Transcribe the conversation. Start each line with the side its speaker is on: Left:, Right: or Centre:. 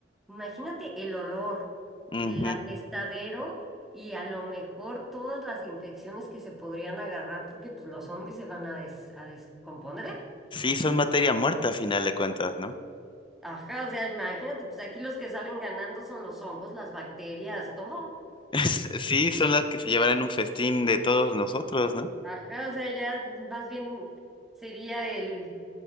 Centre: imagínate el olor,
Left: ujú.
Centre: el apestadero y a lo mejor todas las infecciones que se podrían agarrar porque pues los zombies se van a, des- a descomponer.
Left: Sí, son materia muerta a final de cuentas, ¿no?
Centre: Ajá, o sea, imagínate, pues aquí los que salen ganando son los hongos, las bacterias, todo.
Left: <laughs> Sí, son las que se llevarán un festín de todos nosotros, ¿no?
Centre: Ajá, o sea, ya más bien sería el,